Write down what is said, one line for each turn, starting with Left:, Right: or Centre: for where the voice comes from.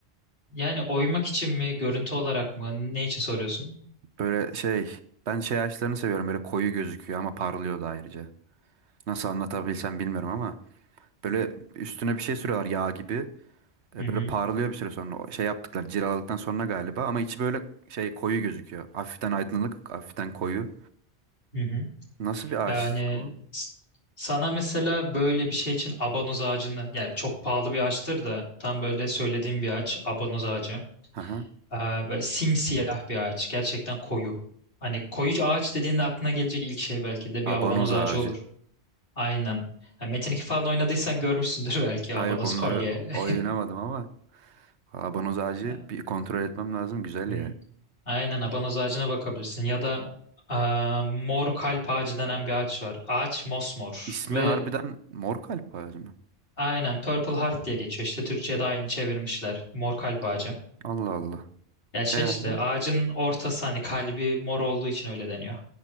Left: Yani oymak için mi, görüntü olarak mı, ne için soruyorsun?
Right: Böyle şey ben şey ağaçlarını seviyorum böyle koyu gözüküyor ama parlıyor da ayrıca. Nasıl anlatabilsem bilmiyorum ama böyle üstüne bir şey sürüyorlar yağ gibi. E,
Left: Hı hı,
Right: böyle parlıyor bir süre sonra. O Şey yaptıklar cilaladıktan sonra galiba ama içi böyle şey koyu gözüküyor. Hafiften aydınlık, hafiften koyu.
Left: hı hı.
Right: Nasıl bir ağaç
Left: Yani
Right: o?
Left: s- sana mesela böyle bir şey için abanoz ağacını, yani çok pahalı bir ağaçtır da tam böyle söylediğim bir ağaç, abanoz ağacı.
Right: Aha,
Left: Aa, böyle simsiyah bir ağaç, gerçekten koyu. Hani koyu ağaç dediğinde aklına gelecek ilk şey belki de bir
Right: abanoz
Left: abanoz ağacı
Right: ağacı.
Left: olur. Aynen. Ha, Metin 2 falan oynadıysan görmüşsündür <laughs> belki
Right: Ha
Left: abanoz
Right: yok onları
Left: kolye.
Right: oynamadım ama abanoz ağacı
Left: <laughs>
Right: bir kontrol etmem lazım. Güzel
Left: Hı.
Right: ya.
Left: Aynen abanoz ağacına bakabilirsin ya da eee, mor kalp ağacı denen bir ağaç var. Ağaç mosmor
Right: İsmi
Left: ve
Right: harbiden mor kalp ağacı mı?
Left: aynen Purple Heart diye geçiyor. İşte Türkçe'ye de aynı çevirmişler. Mor kalp ağacı.
Right: Allah Allah.
Left: Ya şey
Right: E abi?
Left: işte ağacın ortası hani kalbi mor olduğu için öyle deniyor.